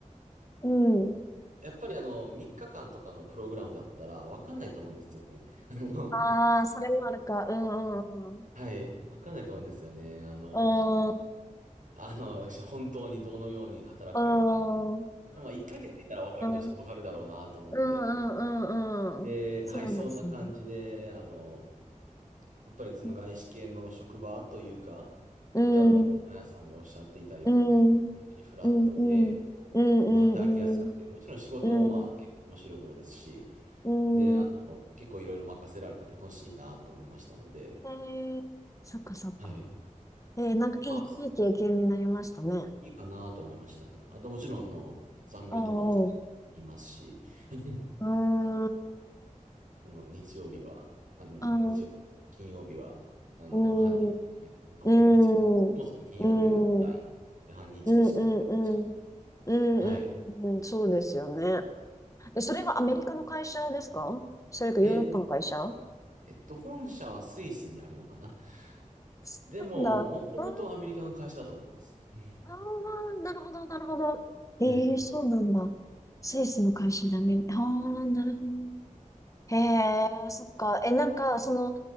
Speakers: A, on the left; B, on the right.
A: ー、うん。
B: やっぱりあの、3日間とかのプログラムだったらわかんないと思うんですよね。あの、
A: ああ、それもあるか。うんうんうん。
B: はい。わかんないと思うんですよね。あの、
A: うん。
B: あの、<laughs> 本当にどのように働くかみたいね。
A: うん。
B: でもまあ、1ヶ月いたらわかるでし、
A: うん。
B: わかるだろうなと思って。
A: うんうんうん。
B: で、
A: そうですね。
B: はい、そんな感じで、あの、やっぱりその外資系の職場というか、
A: うん。うん。
B: 多分、あの、あやさんがおっしゃっていたように、
A: うん。
B: 本当にフラットで、
A: うん。うん。うん。
B: まあ、働きやすくて、
A: うん。
B: もちろん仕事もまあ結構面白いものですし、
A: うん。う
B: で、あの、結構いろいろ任せられて楽しいなと思いましたので、
A: ん。へえ。そっかそっか。
B: はい。
A: えー、なんかいい、
B: まあ
A: いい経験になりましたね。
B: いいかなと思いましたね。あともちろん、あの、残業とかも
A: うんう
B: いますし、<laughs>
A: ん。うん。
B: あの、日曜日は、あ、日曜、
A: ん。
B: 金曜日は、あの、
A: う
B: 半日、
A: ん。
B: あ、
A: うん。
B: あ日、
A: うん。うん。
B: そもそも金曜日はあのオンラインで、
A: うん。うん。
B: 半日で仕事がありますし。
A: うん。うんうんうん、
B: はい。
A: そうですよね。え、それはアメリカの会社ですかそれかヨーロッパの会社
B: えー、えっと、本社はスイスにあるのかな
A: そうなんだ。
B: でも、もともとアメリカの会社だと思います。
A: あー
B: <laughs>
A: あー、なるほど、なるほど。ええそうなんだ。
B: はい。
A: スイスの会社でアメリ、ああ、なるほど。へえ、そっか。え、なんか、その、